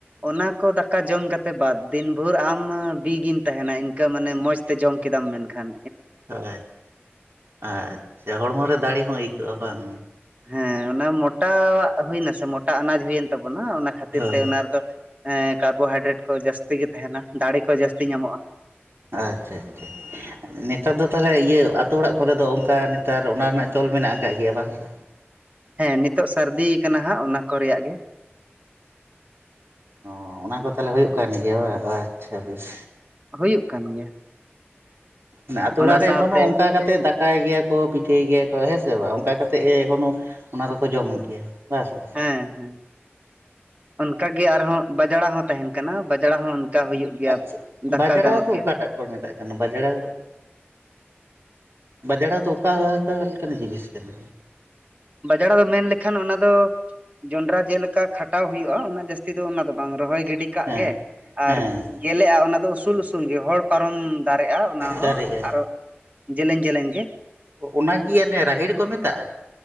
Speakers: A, on the right; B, on the right.
A: ᱚᱱᱟ ᱠᱚ ᱫᱟᱠᱟ ᱡᱚᱢ ᱠᱟᱛᱮ ᱵᱟᱫ ᱫᱤᱱ ᱵᱷᱳᱨ ᱟᱢ ᱵᱤᱜᱮᱢ ᱛᱟᱦᱮᱱᱟ ᱤᱱᱠᱟᱹ ᱢᱟᱱᱮ ᱢᱚᱡᱽ ᱛᱮ ᱡᱚᱢ ᱠᱮᱫᱟᱢ ᱢᱮᱱ ᱠᱷᱟᱱ
B: ᱟᱪᱪᱷᱟ ᱟᱪᱪᱷᱟ ᱦᱚᱲᱢᱚ ᱨᱮ ᱫᱟᱲᱮ ᱦᱚᱸ ᱟᱹᱭᱠᱟᱹᱜᱼᱟ ᱦᱮ ᱵᱟᱝ?
A: ᱦᱮᱸ ᱚᱱᱟ ᱢᱚᱴᱟᱣᱟᱜ ᱦᱩᱭᱱᱟᱥᱮ ᱢᱚᱴᱟ ᱟᱱᱟᱡ ᱦᱩᱭᱮᱱ ᱛᱟᱵᱚᱱᱟ ᱚᱱᱟ ᱠᱷᱟᱹᱛᱤᱨ
B: ᱦᱳᱭ
A: ᱛᱮ ᱚᱱᱟ ᱨᱮᱫᱚ ᱠᱟᱨᱵᱳᱦᱟᱭᱰᱨᱮᱴ ᱠᱚ ᱡᱟᱹᱥᱛᱤ ᱜᱮ ᱛᱟᱦᱮᱱᱟ ᱫᱟᱲᱮ ᱠᱚ ᱡᱟᱹᱥᱛᱤ ᱧᱟᱢᱚᱜᱼᱟ᱾
B: ᱟᱪᱪᱷᱟ ᱟᱪᱪᱷᱟ᱾ ᱱᱮᱛᱟᱨ ᱫᱚ ᱛᱟᱞᱦᱮ ᱤᱭᱟᱹ ᱟᱛᱳ ᱚᱲᱟᱜ ᱠᱚᱨᱮ ᱫᱚ ᱚᱱᱠᱟ ᱱᱮᱛᱟᱨ ᱚᱱᱟ ᱨᱮᱱᱟᱜ ᱪᱚᱞ ᱢᱮᱱᱟᱜ ᱠᱟᱜ ᱜᱮᱭᱟ ᱵᱟᱝ ᱥᱮ?
A: ᱦᱮᱸ ᱱᱤᱛᱚᱜ ᱥᱟᱹᱨᱫᱤ ᱭᱮᱠᱟᱱᱟ ᱦᱟᱸᱜ ᱚᱱᱟ ᱠᱚ ᱨᱮᱭᱟᱜ ᱜᱮ᱾
B: ᱚ ᱚᱱᱟ ᱠᱚ ᱛᱟᱦᱞᱮ ᱦᱳᱭᱳᱜ ᱠᱟᱱ ᱜᱮᱭᱟ ᱵᱟ? ᱳ ᱟᱪᱪᱷᱟ ᱵᱮᱥ
A: ᱦᱩᱭᱩᱜ ᱠᱟᱱ ᱜᱮᱭᱟ᱾
B: ᱱᱮ ᱟᱛᱳ ᱚᱲᱟᱨ
A: ᱚᱱᱟ
B: ᱨᱮ
A: ᱥᱟᱶᱛᱮ
B: ᱮᱠᱷᱚᱱᱳ ᱚᱝᱠᱟ ᱠᱟᱛᱮ ᱫᱟᱠ ᱠᱟᱭ ᱜᱮᱭᱟ ᱠᱚ ᱯᱤᱴᱷᱟᱹᱭ ᱜᱮᱭᱟ ᱠᱚ ᱦᱮᱸ ᱥᱮ ᱵᱟᱝ? ᱚᱝᱠᱟ ᱠᱟᱛᱮᱜ ᱜᱮ ᱮᱠᱷᱚᱱᱳ ᱚᱱᱟ ᱫᱚᱠᱚ ᱡᱚᱢ ᱜᱮᱭᱟ ᱵᱟ ᱥᱮ?
A: ᱦᱮᱸ ᱦᱮᱸ ᱚᱱᱠᱟ ᱜᱮ ᱟᱨᱦᱚᱸ ᱵᱟᱡᱽᱲᱟ ᱦᱚᱸ ᱛᱮᱦᱮᱱ ᱠᱟᱱᱟ ᱵᱟᱡᱽᱲᱟ ᱦᱚᱸ ᱚᱱᱠᱟ ᱦᱩᱭᱩᱜ ᱜᱮᱭᱟ
B: ᱟᱪᱪᱷᱟ ᱵᱟᱡᱽᱲᱟ
A: ᱫᱟᱠᱟ ᱜᱟᱱᱚᱜ
B: ᱫᱚ
A: ᱜᱮᱭᱟ᱾
B: ᱚᱠᱟᱴᱟᱜ ᱠᱚ ᱢᱮᱛᱟᱜ ᱠᱟᱱᱟ ᱵᱟᱡᱽᱲᱟ ᱵᱟᱡᱽᱲᱟ ᱫᱚ ᱚᱠᱟ <inaudible> ᱡᱤᱱᱤᱥ ᱠᱟᱱᱟ?
A: ᱵᱟᱡᱽᱲᱟ ᱫᱚ ᱢᱮᱱ ᱞᱮᱠᱷᱟᱱ ᱚᱱᱟ ᱫᱚ ᱡᱚᱱᱰᱨᱟ ᱡᱮᱞᱮᱠᱟ ᱠᱷᱟᱴᱟᱣ ᱦᱩᱭᱩᱜᱼᱟ ᱩᱱᱟᱹᱜ ᱡᱟᱹᱥᱛᱤ ᱫᱚ ᱚᱱᱟ ᱫᱚ ᱵᱟᱝ ᱨᱚᱦᱚᱭ ᱜᱤᱰᱤ ᱠᱟᱜ
B: ᱦᱮᱸ
A: ᱜᱮ
B: ᱦᱮᱸ
A: ᱟᱨ ᱜᱮᱞᱮᱜᱼᱟ ᱚᱱᱟ ᱫᱚ ᱩᱥᱩᱞ ᱩᱥᱩᱞ ᱜᱮ ᱦᱚᱲ ᱯᱟᱨᱚᱢ ᱫᱟᱨᱮᱜᱼᱟ ᱚᱱᱟ ᱦᱚᱸ
B: ᱫᱟᱨᱮᱜᱼᱟ
A: ᱟᱨᱚ ᱡᱮᱞᱮᱧ ᱡᱮᱞᱮᱧ ᱜᱮ
B: ᱚᱱᱟ ᱠᱤ ᱚᱱᱮ ᱨᱟᱦᱮᱲ ᱠᱚ ᱢᱮᱛᱟᱜᱼᱟ